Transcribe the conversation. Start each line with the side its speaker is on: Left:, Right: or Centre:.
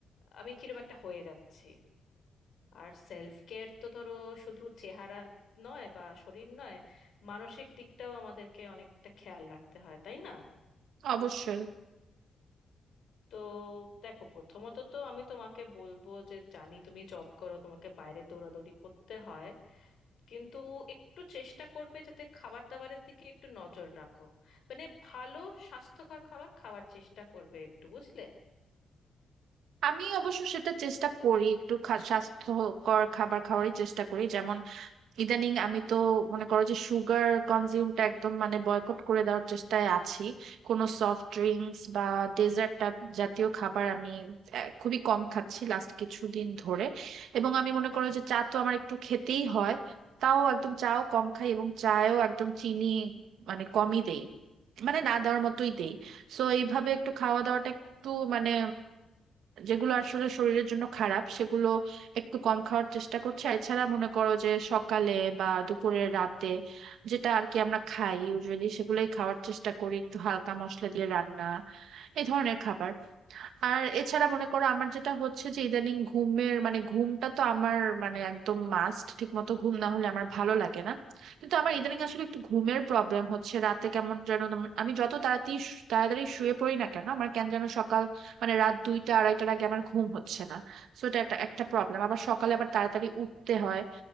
Left: আমি কিরকম একটা হয়ে যাচ্ছি আর সেলফ কেয়ার তো ধরো শুধু চেহারা নয় বা শরীর নয় মানসিক দিকটাও আমাদেরকে অনেকটা খেয়াল রাখতে হয় তাই না
Right: অবশ্যই
Left: তো দেখো প্রথমত তো আমি তোমাকে বলবো যে জানি তুমি জব করো তোমাকে বাইরে দৌড়াদৌড়ি করতে হয় কিন্তু একটু চেষ্টা করবে যাতে খাবার দাবারের দিকে একটু নজর রাখো মানে ভালো স্বাস্থ্যকর খাবার খাওয়ার চেষ্টা করবে একটু বুঝলে
Right: আমি অবশ্য সেটা চেষ্টা করি একটু খা- স্বাস্থ্যকর খাবার খাওয়ারই চেষ্টা করি যেমন ইদানিং আমি তো মনে করো যে সুগার কনজিউমটা একদম মানে বয়কট করে দেওয়ার চেষ্টায় আছি কোনো সফট ড্রিঙ্কস বা ডেজার্ট জাতীয় খাবার আমি আহ, খুবই কম খাচ্ছি লাস্ট কিছুদিন ধরে এবং আমি মনে করো যে চা তো আমার একটু খেতেই হয় তাও একদম চাও কম খাই এবং চায়ও একদম চিনি মানে কমই দেই মানে না দেওয়ার মতোই দেই সো এইভাবে একটু খাওয়া দাওয়াটা একটু মানে যেগুলো আসলে শরীরের জন্য খারাপ সেগুলো একটু কম খাওয়ার চেষ্টা করছি আর এছাড়া মনে করো যে সকালে বা দুপুরে রাতে যেটা আর কি আমরা খাই ইউজুয়ালি সেগুলোই খাওয়ার চেষ্টা করি একটু হালকা মশলা দিয়ে রান্না এই ধরনের খাবার আর এছাড়া মনে করো আমার যেটা হচ্ছে যে ইদানিং ঘুমের মানে ঘুমটা তো আমার মানে একদম মাস্ট ঠিক মতো ঘুম না হলে আমার ভালো লাগে না কিন্তু আমার ইদানিং আসলে একটু ঘুমের প্রবলেম হচ্ছে রাতে কেমন যেন তেমন- আমি যত তাড়াতাড়ি শু- তাড়াতাড়ি শুয়ে পড়ি না কেন আমার কেন যেন সকাল মানে রাত দুইটা আড়াইটার আগে আমার ঘুম হচ্ছে না সো এটা একটা একটা প্রবলেম আবার সকালে আবার তাড়াতাড়ি উঠতে হয়